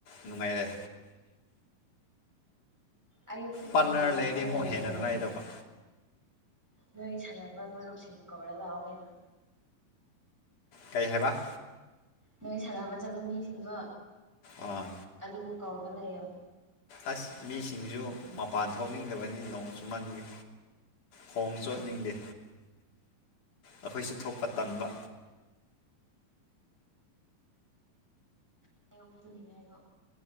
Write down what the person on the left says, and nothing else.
ꯅꯨꯡꯉꯥꯏꯔꯦ
ꯄꯥꯔꯠꯅꯔ
ꯂꯩꯔꯗꯤ
ꯑꯃꯨꯛ ꯍꯦꯟꯅ
ꯅꯨꯡꯉꯥꯏꯗꯧꯕ
ꯀꯩ ꯍꯥꯏꯕ
ꯑꯥ
ꯑꯁ ꯃꯤꯁꯤꯡꯖꯨ ꯃꯄꯥꯟ ꯊꯣꯛꯅꯤꯡꯗꯕꯅꯤ ꯅꯣꯡ ꯆꯨꯃꯟꯕꯒꯤ ꯈꯣꯡ ꯆꯣꯠꯅꯤꯡꯗꯦ ꯑꯩꯈꯣꯏꯁꯨ ꯊꯣꯛꯄ ꯇꯟꯕ